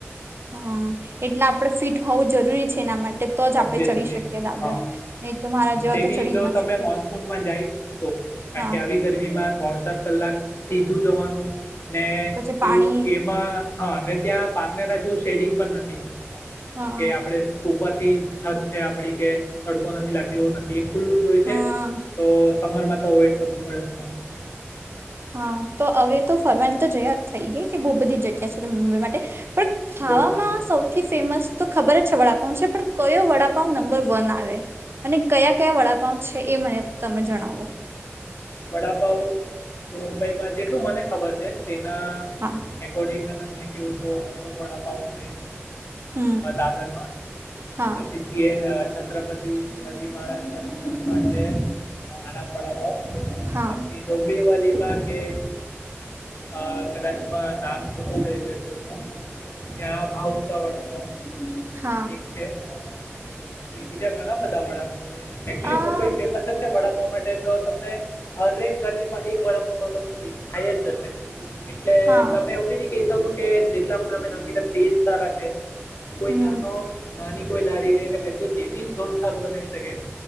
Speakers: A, on the right; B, on the left.
A: હા એટલે આપડ ફિટ હોવું જરૂરી છે એના માટે તો જ
B: ઓબ્વિયસલી
A: આપણે ચડી શકીએ દાદર
B: હા
A: નહી તો મારા જેવા
B: તે
A: તો
B: બી
A: ચડી
B: જો
A: જ ના
B: તમે
A: શકે
B: મોનસૂનમાં જાય તો કારણ
A: હા
B: કે આવી ગરમીમાં ત્રણ ચાર કલાક સીધું જવાનું ને
A: પછી પાણી
B: એવું એમાં હા ત્યાં પારનેરા શેડિંગ પણ નથી
A: હા
B: કે આપણેે ઉપજ તે છત છે આપડી કે તડકો નથી લાગતી એવું નથી ખુલ્લું જ હોઈ
A: હા
B: છે તો સમરમાં તો અવોઈડ કરવું પડે તમારે
A: હા તો હવે તો ફરવાની તો જગ્યા થઈ ગઈ કે બહુ બધી જગ્યા છે મુંબઈ માટે પણ ખાવામાં
B: બહુ બધી.
A: સૌથી ફેમસ તો ખબર છે વડાપાવ છે પણ કયો વડાપાવ નંબર વન આવે અને કયા કયા વડાપાંઉ છે એ મને તમે જણાવો.
B: વડાપાઉ તો મુંબઈમાં જેટલું મને ખબર છે. તેના
A: હા
B: રકોર્ડિંગ મે તમને કેવું તો અશોક વડા પાવ છે.
A: હમ
B: દાદર માં
A: હા
B: પછી સીએન છત્રપતિ શિવાજી મહારાજ ટર્મિનલ માં આરામ પડાપાવ.
A: હા
B: પછી ડોબી વલીમાં કે અ કદાચ નામ ખોટું લઈ લેતો છું ત્યાં ભાવ ઊંચા વડાપાવ.
A: હા
B: એક છે. પછી બીજા ઘણા બધા વડા પાવ છે. એક્ચુલી
A: આ
B: મુુંબઈ ફેમસ જ છે વડા માટે તો. તમને હરેક ગલીમાં એક વડાપાવ વાલા તો દેખાય જ જશે. એટલે
A: હા
B: તમે એઈ બીની કહી શકું કે જેટલા મમે નામ કીધા તેજ સારા છે. કોઈ
A: હમ
B: નાનો નાની કોઈ લારી લઈ ને બેસ બી ઘણું સારું બનાવી શકે.